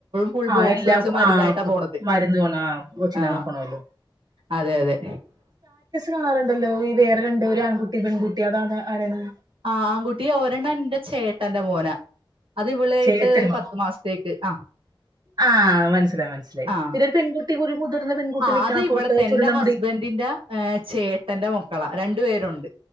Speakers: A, on the right; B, on the right.
A: ഫുൾ
B: ആ
A: ബോക്സ്
B: എല്ലാം
A: നിറച്ച് മരുന്നായിട്ടാ
B: ആ
A: പോണത്
B: മരുന്ന് കൊണ്ട് ആ കൊച്ചിനെ
A: ആ
B: നോക്കണല്ലോ
A: അതെ അതെ
B: കാണാറുണ്ടല്ലോ ഈ വേറെ രണ്ട് ഒരു ആൺകുട്ടി പെൺകുട്ടി അതാണ് ആരാണ്
A: ആ ആൺകുട്ടി ഒരെണ്ണം എന്റെ ചേട്ടന്റെ മോനാ അത് ഇവളായിട്ട്
B: ചേട്ടനോ
A: ഒരു പത്തു മാസത്തേക്ക് ആ
B: ആ മനസ്സിലായി മനസ്സിലായി
A: ആ
B: പിന്നെ ഒരു പെൺകുട്ടി ഒരു മുതിർന്ന പെൺകുട്ടി
A: ആ
B: നിക്കണ
A: അത് ഇവിടത്തെ
B: ഫോട്ടോ
A: എന്റെ
B: ചുരുണ്ട
A: ഹസ്ബെൻഡിന്റെ
B: മുടി
A: ഏ ചേട്ടന്റെ മക്കളാ രണ്ടുപേരുണ്ട്